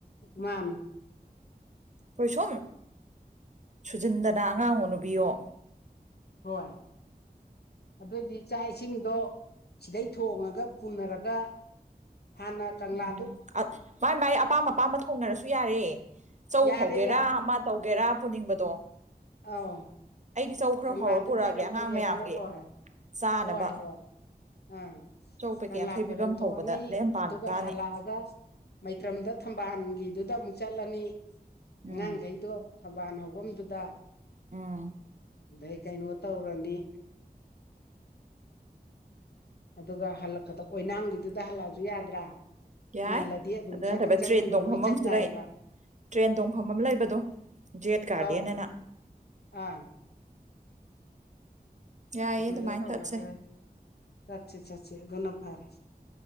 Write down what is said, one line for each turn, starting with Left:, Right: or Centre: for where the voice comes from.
Left: ꯃꯥꯅꯦ
Right: ꯍꯈꯣꯏ ꯁꯣꯨꯝ ꯁꯨꯖꯤꯟꯗꯅ ꯑꯉꯥꯡꯋꯣ ꯅꯨꯕꯤꯋꯣ
Left: ꯍꯣꯏ ꯑꯗꯨꯑꯣꯏꯗꯤ ꯆꯥꯛ ꯏꯁꯤꯡꯗꯣ ꯁꯤꯗꯩ ꯊꯣꯡꯉꯒ ꯄꯨꯟꯅꯔꯒ ꯍꯥꯟꯅ ꯀꯪꯂꯥ
Right: ꯎꯝ ꯃꯥꯏ ꯃꯥꯏ ꯑꯄꯥꯝ ꯑꯄꯥꯝꯕ ꯊꯣꯡꯅꯔꯁꯨ ꯌꯥꯔꯦ ꯆꯧ
Left: ꯌꯥꯔꯦ
Right: ꯍꯧꯒꯦꯔꯥ ꯑꯃ ꯇꯧꯒꯦꯔꯥ ꯄꯨꯅꯤꯡꯕꯗꯣ
Left: ꯑꯥꯎ
Right: ꯑꯩꯗꯤ ꯆꯧ ꯈꯔ
Left: ꯀꯪꯂꯥꯗꯨ
Right: ꯍꯧꯔ ꯄꯨꯔꯛꯑꯒꯦ
Left: ꯈꯣꯏꯔꯝ
Right: ꯑꯉꯥꯡ
Left: ꯊꯣꯛꯑꯦꯗꯅꯀꯣ
Right: ꯃꯌꯥꯝꯒꯤ
Left: ꯍꯣꯏ
Right: ꯆꯥꯅꯕ
Left: ꯍꯣꯏ ꯍꯣꯏ ꯑꯥ
Right: ꯆꯧ ꯄꯦꯀꯦꯠ
Left: ꯀꯪꯂꯥ
Right: ꯌꯥꯡꯈꯩ
Left: ꯈꯣꯏꯔꯝ
Right: ꯄꯤꯕ ꯑꯃ
Left: ꯊꯣꯛꯑꯅꯤ
Right: ꯍꯧꯕꯗ ꯂꯦꯝ ꯄꯥꯟꯕꯖꯥꯅꯤ
Left: ꯑꯗꯨꯒ ꯍꯜꯂꯛꯑꯒ ꯃꯩꯇ꯭ꯔꯝꯗ ꯊꯝꯕꯥꯜꯒꯤꯗꯨꯗ ꯑꯃꯨꯛ ꯆꯠꯂꯅꯤ ꯑꯉꯥꯡꯈꯩꯗꯣ
Right: ꯎꯝ
Left: ꯊꯝꯕꯥꯜ ꯍꯐꯝꯗꯨꯗ
Right: ꯎꯝ
Left: ꯑꯗꯩ ꯀꯩꯅꯣ ꯇꯧꯔꯅꯤ ꯑꯗꯨꯒ ꯍꯜꯂꯛꯄꯗ ꯑꯣꯏꯅꯥꯝꯒꯤꯗꯨꯗ ꯍꯜꯂꯛꯑꯁꯨ ꯌꯥꯗ꯭ꯔꯥ
Right: ꯌꯥꯏ
Left: ꯉꯜꯂꯗꯤ ꯑꯗꯨꯝ
Right: ꯑꯗꯨ
Left: ꯆꯥꯅꯤꯡ
Right: ꯅꯠꯇꯕ
Left: ꯆꯥꯅꯤꯡꯕ
Right: ꯇ꯭ꯔꯦꯟ ꯇꯣꯡꯐꯝ
Left: ꯂꯣꯏ ꯆꯠ
Right: ꯑꯃꯁꯨ
Left: ꯌꯥꯏꯕ
Right: ꯂꯩ ꯇ꯭ꯔꯦꯟ ꯇꯣꯡꯐꯝ ꯑꯃ ꯂꯩꯕꯗꯣ ꯖꯦꯠ ꯒꯥꯔꯗꯦ
Left: ꯑꯧ
Right: ꯑꯅ
Left: ꯑꯥ
Right: ꯌꯥꯏꯌꯦ
Left: ꯑꯗꯨꯗ
Right: ꯑꯗꯨꯃꯥꯏꯅ
Left: ꯇꯧꯒ
Right: ꯆꯠꯁꯦ
Left: ꯇꯔꯦ ꯆꯠꯁꯤ ꯆꯠꯁꯤ ꯑꯗꯨꯅ ꯐꯔꯦ